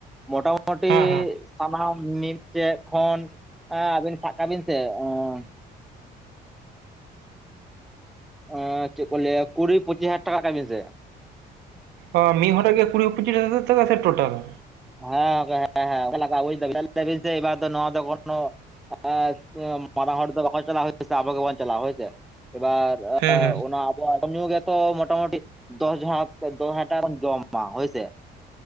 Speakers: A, in the centre; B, on the right.
A: ᱢᱚᱴᱟ ᱢᱚᱴᱤ
B: ᱦᱮᱸ ᱦᱮᱸ
A: ᱥᱟᱱᱟᱢ ᱢᱤᱫᱴᱮᱱ ᱠᱷᱚᱱ ᱟᱹᱵᱤᱱ ᱥᱟᱵ ᱠᱟᱜ ᱵᱤᱱ ᱥᱮ ᱟᱸ ᱟᱸ ᱪᱮᱫ ᱠᱚ ᱞᱟᱹᱭᱟ ᱠᱩᱲᱤ ᱯᱚᱸᱪᱤᱥ ᱦᱟᱡᱟᱨ ᱴᱟᱠᱟ ᱠᱟᱜ ᱵᱤᱱ ᱥᱮ,
B: ᱦᱚᱸ ᱢᱤᱜᱹ ᱦᱚᱲ ᱨᱮᱜᱮ ᱜᱮ ᱠᱩᱲᱤ ᱯᱚᱸᱪᱤᱥ ᱦᱟᱡᱟᱨ ᱥᱮ ᱴᱳᱴᱟᱞ?
A: ᱦᱮᱸ ᱦᱮᱸ ᱜᱚᱝᱠᱮ ᱦᱮᱸ ᱦᱮᱸ ᱚᱠᱟᱞᱮᱠᱟ ᱵᱩᱡ ᱫᱟ ᱵᱤᱱ <unintelligible> ᱮᱵᱟᱨ ᱫᱚ ᱱᱚᱣᱟ ᱫᱚ ᱠᱚᱱᱚ ᱮᱸ ᱥᱮ ᱢᱟᱨᱟᱝᱦᱚᱲ ᱫᱚ ᱵᱟᱠᱚ ᱪᱟᱞᱟᱣᱟ ᱦᱚᱭ ᱥᱮ ᱟᱵᱚ ᱜᱮᱵᱚᱱ ᱪᱟᱞᱟᱣᱟ ᱦᱚᱭ ᱥᱮ ᱮᱵᱟᱨ <unintelligible>
B: ᱦᱮᱸ ᱦᱮᱸ
A: ᱚᱱᱟᱯ ᱡᱚᱢ ᱧᱩ ᱜᱮᱛᱚ ᱢᱚᱴᱟᱢᱩᱴᱤ ᱫᱚᱥ ᱡᱚᱱᱦᱟᱸ ᱫᱚᱥ ᱦᱟᱡᱟᱨᱮᱢ ᱡᱚᱢᱟ ᱦᱳᱭᱥᱮ